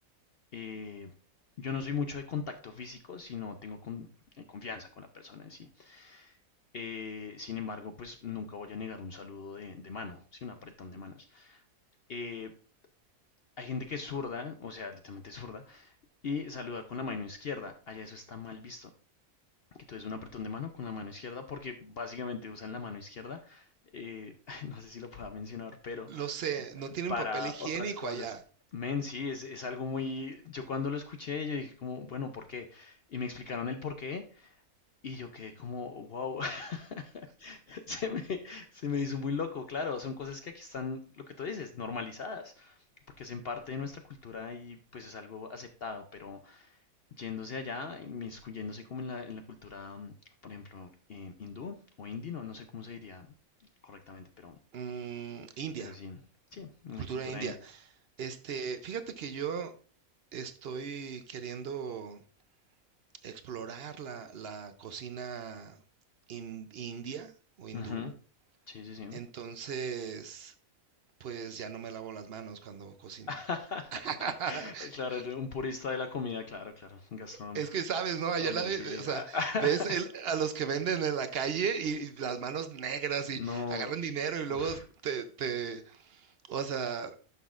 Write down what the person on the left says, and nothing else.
eh, yo no soy mucho de contacto físico, sino tengo con- eh, confianza con la persona en sí. Eh, sin embargo, pues nunca voy a negar un saludo de, de mano, sí, un apretón de manos. Eh, hay gente que es zurda, o sea, literalmente es zurda, y saluda con la mano izquierda. Allá eso está mal visto. Que tú des un apretón de mano con la mano izquierda, porque básicamente usan la mano izquierda. eh, <laughs> no sé si lo pueda mencionar, pero
para
otras cosas.
Men, sí, es, es algo muy... Yo cuando lo escuché, yo dije como, bueno, ¿por qué? Y me explicaron el por qué y yo quedé como, wow, <laughs> se me, se me hizo muy loco, claro, son cosas que aquí están, lo que tú dices, normalizadas, porque hacen parte de nuestra cultura y pues es algo aceptado, pero yéndose allá, inmiscuyéndose como en la, en la cultura, mm, por ejemplo, eh, hindú o indino, no no sé cómo se diría correctamente, pero,
pero sí, sí, en
la cultura
india.
Ujú. Sí, sí, sí.
<laughs>
Claro, un purista de la comida, claro, claro, <laughs> un gastronómico.
Hombre,
sí.
<laughs>
No,
uf,